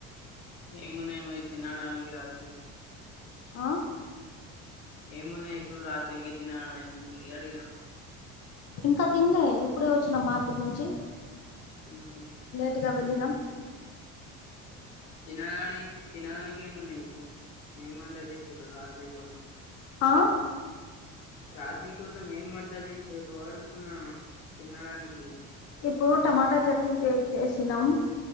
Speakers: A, on the left; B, on the left.
A: ఏమున్నాయి మరి తినడానికి రాత్రి
B: ఆ
A: ఏమున్నాయి ఇప్పుడు రాత్రికి తినడానికి అడిగిన
B: ఇంకా తినలే ఇప్పుడే వచ్చిన మార్కెట్ నుంచి
A: ఊహూ
B: <unintelligible> తినం
A: తినదాని తినదానికి ఏమున్నాయి ఇప్పుడు ఏమి వంట చేసిరు రాత్రి కోసం
B: ఆ
A: రాత్రి కోసం ఏం వంట చేసిర్రు అడుగుతున్నా తినడానికి
B: ఇప్పుడు టమాటా చట్నీ చేసినాం